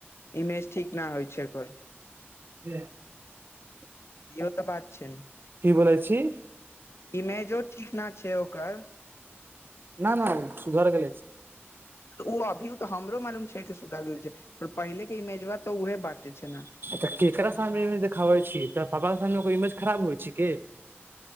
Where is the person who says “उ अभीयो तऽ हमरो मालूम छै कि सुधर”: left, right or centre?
Left